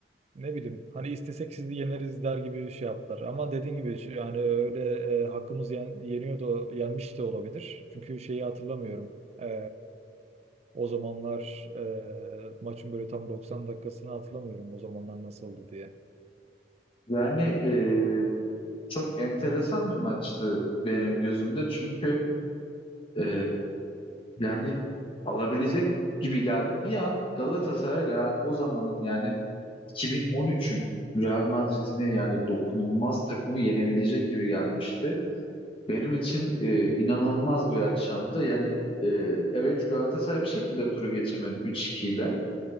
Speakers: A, on the right; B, on the left.
A: ne bileyim hani istesek sizi yeneriz der gibi bir şey yaptılar. Ama dediğin gibi şu- yani öyle e, hakkımız yen, yeniyor da yenmiş de olabilir. Çünkü şeyi hatırlamıyorum. E, o zamanlar e, maçın böyle tam 90 dakikasını hatırlamıyorum o zamanlar nasıldı diye.
B: Yani e, çok enteresan bir maçtı benim gözümde çünkü e, Yani alabilecek gibi gel. Bir an Galatasaray Real, o zamanın yani 2013'ün Real Madrid'ini yani dokunulmaz takımı yenebilecek gibi gelmişti. Benim için e, inanılmaz bir akşamdı. Yani e, evet Galatasaray bir şekilde turu geçirmedi 3-2 ile.